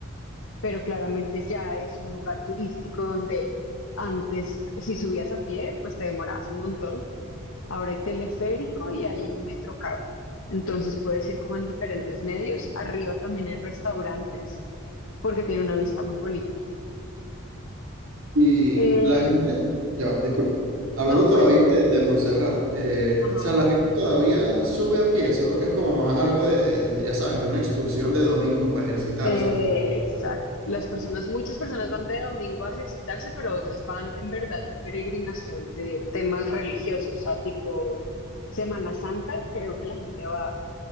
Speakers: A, on the left; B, on the right.
A: pero claramente ya es un lugar turístico donde antes, si subías a pie, pues te demorabas un montón. Ahora hay teleférico y hay metro cable. Entonces puedes ir como en diferentes medios. Arriba también hay restaurantes porque tiene una vista muy bonita.
B: Y
A: Eh,
B: la gente, ya, disculpe, hablando
A: no,
B: todavía
A: cuéntame.
B: de, de Montserrat, eh,
A: Ajá.
B: o sea, la gente todavía sube a pie, solo que es como más algo de, de, ya sabes, de una excursión de domingo para ejercitarse
A: Eh,
B: y tal.
A: exacto. Las personas, muchas personas van de domingo a ejercitarse, pero otras van en verdad de peregrinación de temas religiosos, o sea, tipo Semana Santa, creo que la gente va